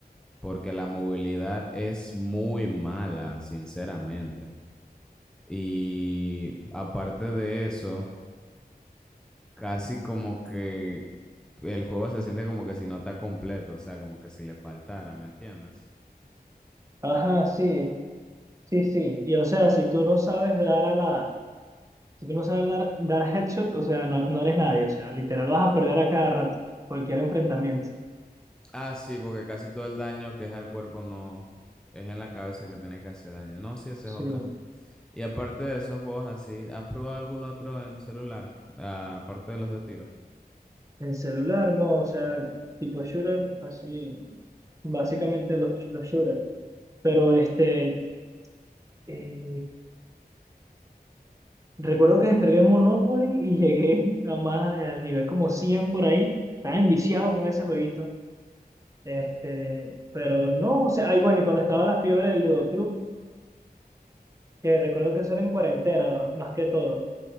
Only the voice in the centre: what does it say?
porque la movilidad es muy mala, sinceramente. Y aparte de eso, casi como que el juego se siente como que si no está completo, o sea, como que si le faltara, ¿me entiendes?
Ah, sí, porque casi todo el daño que es al cuerpo no es en la cabeza que tiene que hacer daño. No, sí, esa
es otra. Y aparte de esos juegos así, ¿has probado algún otro en celular? Ah, aparte de los de tiro.